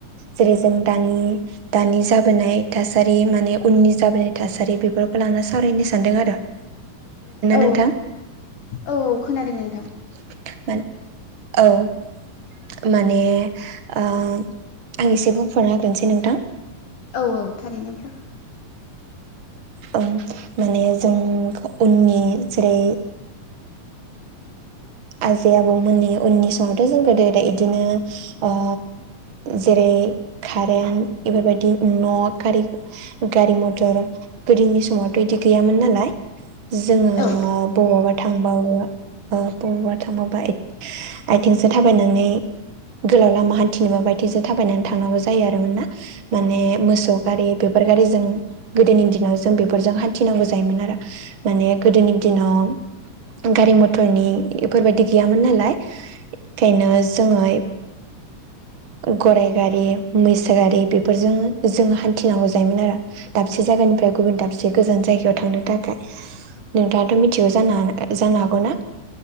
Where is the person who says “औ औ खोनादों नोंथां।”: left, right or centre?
Left